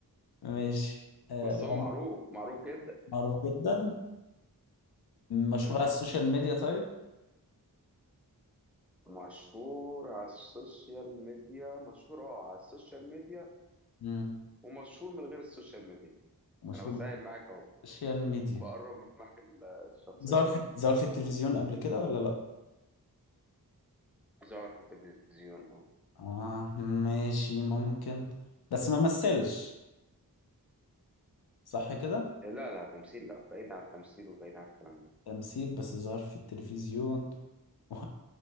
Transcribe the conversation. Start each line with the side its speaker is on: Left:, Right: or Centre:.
Left: ماشي آه
Centre: بس
Left: وعمل
Centre: هو معروف معروف جدا
Left: معروف جدا مشهور
Centre: <laughs> مهم.
Left: على السوشيال ميديا طيب
Centre: مشهور على السوشيال ميديا مشهور اه على السوشيال ميديا
Left: مم.
Centre: ومشهور من غير السوشيال ميديا
Left: مشهور
Centre: انا بسهل
Left: على
Centre: معاك اهو
Left: السوشيال ميديا
Centre: بقرب معاك الشخصية
Left: ظهر في ظهر في التلفزيون قبل كده ولا لا
Centre: ظهر في التلفزيون اه
Left: آه ماشي ممكن بس ما مثلش صح كده
Centre: لا لا تمثيل لا بعيد عن التمثيل وبعيد عن الكلام ده
Left: تمثيل بس ظهر في التلفزيون <laughs> و...